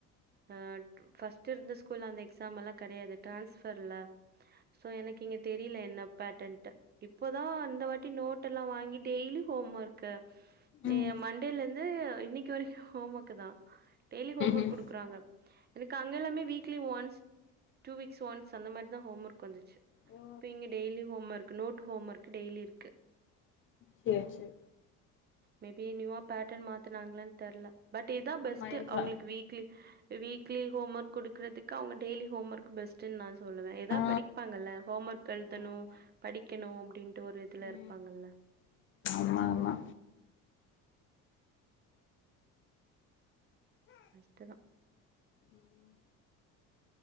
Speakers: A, on the right (about 30°); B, on the left (about 40°).
A: அஹ் ஃபஸ்ட் ட்டு இருந்த ஸ்கூல்ல அந்த எக்ஸாம்ல்லா கெடையாது டான்ஸ்பர்ல சோ எனக்கு இங்க தெரியல என்ன பேட்டன்ட் இப்போதா இந்த வாட்டி நோட் ட்டெல்லா வாங்கி டெய்லி ஹோம் ஒர்க்கு நீ
B: ம்
A: மண்டேிலருந்து இன்னைக்கு வரைக்கு ஹோம் ஒர்க்கு தா டெய்லி ஹோம் ஒர்க்
B: ம்
A: குடுக்குறாங்க எனக் கா அங்க எல்லாமே weekly once two weeks once அந்த மாரி தா ஹோம் ஒர்க்ந்துச்சு
B: ஓ
A: இப்போ இங்கே டெய்லி ஹோம் ஒர்க் நோட ஹோம் ஒர்க் டெய்லி இருக்கு
B: சரி சரி
A: மேபி நியூவா பேட்டர்ன் மாத்தனாங்களன்னு தெர்ல பட் இதா பெஸ்ட்டு
B: ஆமா இருக்கலா
A: அவங்களுக்கு வீக்லி வீக்லி ஹோம் ஒர்க் கொடுறதுக்கு அவங்க டய்லி ஹோம் ஒர்க் பஸ்டண் நான் சொல்லுவே ஏதாவது
B: ஆ
A: படிப்பாங்கல்ல ஹோம் ஒர்க் எழுதணு
B: ஆமா
A: படிக்கணு அப்டின்ட்டு ஒரு இதுல
B: ம்
A: இருப்பாங்கல்ல
B: ஆமா ஆமா
A: கஷ்டதா
B: ம்